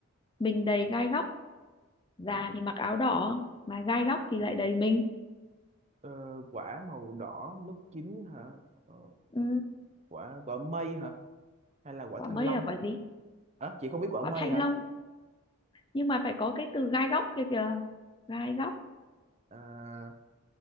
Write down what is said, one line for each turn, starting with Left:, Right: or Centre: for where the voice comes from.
Left: mình đầy gai góc già thì mặc áo đỏ mà gai góc thì lại đầy mình
Right: ờ, quả màu đỏ lúc chín hả? Ờ,
Left: ừ,
Right: quả quả mây hả? Hay là quả
Left: quả
Right: thanh
Left: mây
Right: long?
Left: là quả gì
Right: À, chị không biết quả
Left: quả
Right: mây
Left: thanh
Right: hả?
Left: long nhưng mà phải có cái từ gai góc kia kìa gai góc
Right: À,